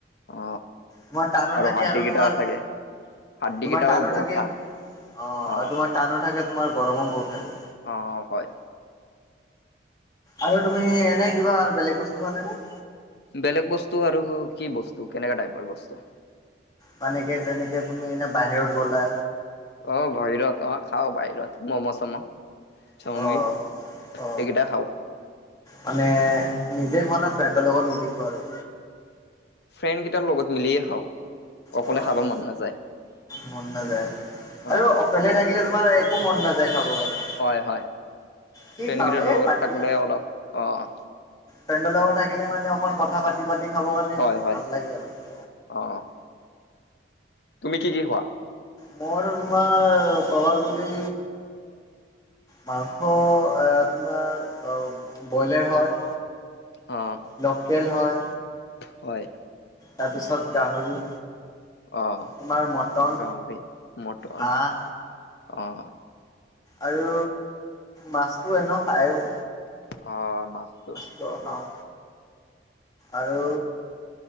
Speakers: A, on the left; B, on the left.
A: অ
B: তোমাৰ টানো থাকে
A: হাড্ডি
B: আৰু
A: কেইটা
B: তোমাৰ
A: থাকে হাড্ডি
B: তোমাৰ
A: কেইটাও
B: টানো
A: বহুত
B: থাকে
A: টান
B: অ' আৰু
A: অ
B: তোমাৰ টানো থাকে তোমাৰ গৰমো বহুত থাকে।
A: অ'-অ' হয়।
B: আৰু তুমি এনে কিবা আৰু বেলেগ বস্তু খোৱা নে-নে?
A: বেলেগ বস্তু আৰু কি বস্তু কেনেকা টাইপৰ বস্তু?
B: মানে কি যেনেকে তুমি এনে বাহিৰত গ'লা
A: অ' বাহিৰত অ' খাওঁ বাহিৰত মম' চম'। চাওমিন
B: অ
A: এইকেইটা
B: অ
A: খাওঁ।
B: মানে নিজে খোৱানে ফ্ৰেণ্ডৰ লগত মিলি খোৱা আৰু?
A: ফ্ৰেণ্ড কেইটাৰ লগত মিলিয়ে খাওঁ। অকলে
B: হয়
A: খাব মন নাযায়
B: মন নাযায়
A: অ'।
B: আৰু অকলে থাকি থাকিলে তোমাৰ একো মন নাযায় খাব কাৰণে।
A: হয়-হয়,
B: কি
A: ফ্ৰেড
B: খাওঁ
A: কেইটৰ
B: এই
A: লগত
B: বাদ
A: থাকিলে
B: দিয়া
A: অলপ অ'
B: ফ্ৰেণ্ডৰ লগত থাকিলে মানে অকণ কথা পাতি-পাতি খাব কাৰণে
A: হয়, হয়,
B: ভাল লাগিল আৰু।
A: অ' তুমি কি-কি খোৱা?
B: মই তোমাৰ ক'ব গ'লে মাংস তোমাৰ ব্ৰইলাৰ হয়
A: অ'
B: লোকেল হয়
A: হয়।
B: তাৰপিছত গাহৰি
A: অ'
B: তোমাৰ মটন
A: গাহৰি, মটন
B: হাঁহ
A: অ'।
B: আৰু মাছটো এনেও খায়ো।
A: অ' মাছটো
B: খাওঁ আৰু